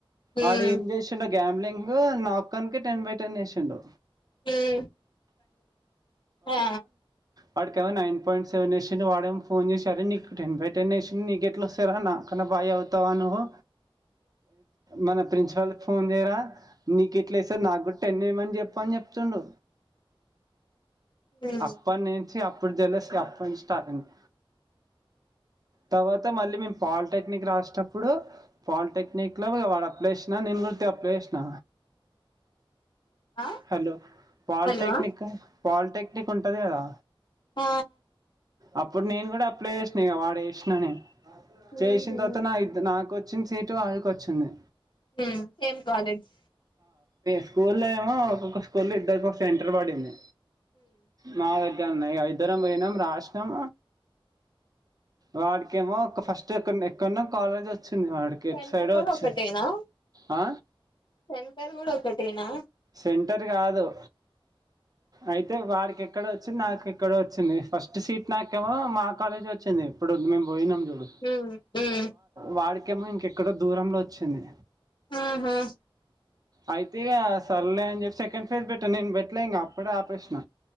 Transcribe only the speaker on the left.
హ్మ్
ఉమ్ ఆ
హ్మ్
ఆ
హలో
ఆ
ఉహు
ఉమ్ సేమ్ కాలేజ్
సెంటర్
కూడా
ఒకటేనా
సెంటర్ కూడా ఒకటేనా
ఉమ్ ఉమ్
ఆహా